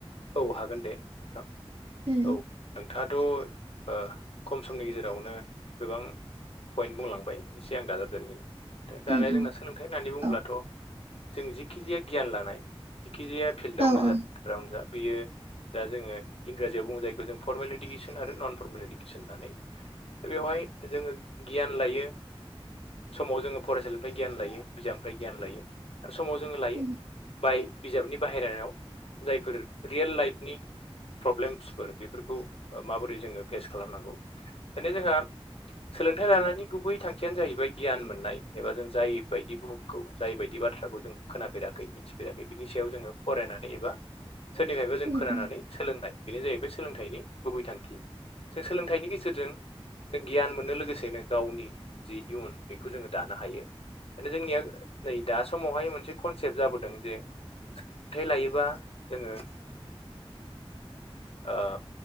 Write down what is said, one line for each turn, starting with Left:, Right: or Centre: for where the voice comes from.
Left: औ हागोन दे नोंथां
Right: उम
Left: औ नोंथाङाथ' खम समनि गेजेरावनो गोबां पइन्ट बुंलांबाय एसे आं दाजाबदेरनि दा दानिया
Right: उम
Left: जोंना
Right: उम
Left: सोलोंथाइ होननानै बुङोब्लाथ'
Right: औ
Left: जों जिखिजाया गियान लानाय जिखिजाया फिल्डआवनो
Right: औ औ
Left: जा फोथाराव नो जादों बेयो दा जोङो इंराजियाव बुङो जायखौ जों फरमेल इडुकेसन आरो नन फरमेल इडुकेसन होननानै दा बेवहाय जोङो गियान लायो समाव जोङो फरायसालिनिफ्राय गियान लायो बिजाबनिफ्राय गियान लायो समाव जोङो लायो
Right: उम
Left: बाय बिजाबनि बाहेरायाव जायफोर रियेल लाइफनि प्रब्लेमसफोर बेफोरखौ माबोरै जोङो फेस खालामनांगौ माने जोंहा सोलोंथाइ लानायनि गुबै थांखियानो जाहैबाय गियान मोननाय एबा जों जाय बायदि बुहुम खौ जायबायदि बाथ्राखौ जों खोनाफेराखै मिथिफेराखै बिनि सायाव जोङो फरायनानै एबा सोरनिफ्रायबो जों
Right: उम
Left: खोनानानै
Right: उम
Left: सोलोंनाय बेनो जाहैबाय सोलोंथाइनि गुबै थांखि जों सोलोंथाइनि गेजेरजों जों गियान मोननो लोगोसेनो गावनि जि इयुन बेखौ जोङो दानो हायो नो जोंनिया नै दा समावहाय मोनसे कनसेप्ट जाबोदों जे सोलोथाय लायोबा जोङो ओ